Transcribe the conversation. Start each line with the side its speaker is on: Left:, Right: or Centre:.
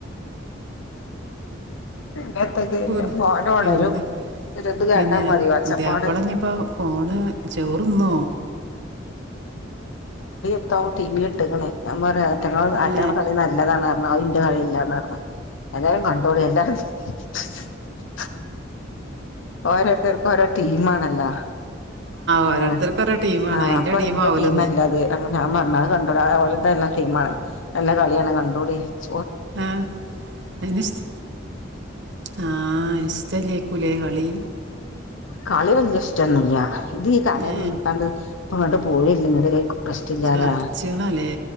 Left: പിന്നത്തെക്കെ
Right: പുതി-
Left: ഇന്റെ മോനോണരും.
Right: പിന്നെ
Left: ഒരിത് കേട്ടാ
Right: പിന്നെ
Left: മതി ഒച്ചപ്പാട്
Right: പുതിയപ്പളഞ്ഞ്പ്പോ ഫോണ് ചോറ്ന്നോ?
Left: പ്പൊ ടി വി ട്ട്ക്ക്ണ് ഞാം പറ്യാ ആറ്റങ്ങളെ
Right: ഏ
Left: ആറ്റങ്ങളെ കളി നല്ലതാണ ഉം അയിൻ ൻ്റെ കള്യല്ലാന്നർഞ്ഞ് എത്യാലും കണ്ടോളി എല്ലാരും <unintelligible> ഓരോര്ത്തർക്കും ഓരോ ടീമാണല്ലാ.
Right: ഓരോരുത്തർക്ക്
Left: ആ
Right: ഓരോ ടീമാണ്
Left: ആ
Right: അതിൻ്റെ
Left: അപ്പറീം
Right: ടീമാവില്ലെന്ന്
Left: ന്റെ ടീംമല്ലത്. അഅ് കണ്ടട ഓൽ തല്ല ടീമാ നല്ല കള്യാണ് കണ്ടൂടി ചോ
Right: ആ അയ്നിസ് ആ അയ്നിസ്റ്റലേക്കുലെ കളി.
Left: കളി വെല്ല്യെ ഇഷ്ടെന്നുല്ല ഇത് ഈ കടേ
Right: ഏ
Left: നിന്ന്ക്കാണ്ട് പ്പങ്ങട്ട് പോയില്ലങ്കില് കഷ്ടില്യാലേ
Right: ചടച്ചിണല്ലേ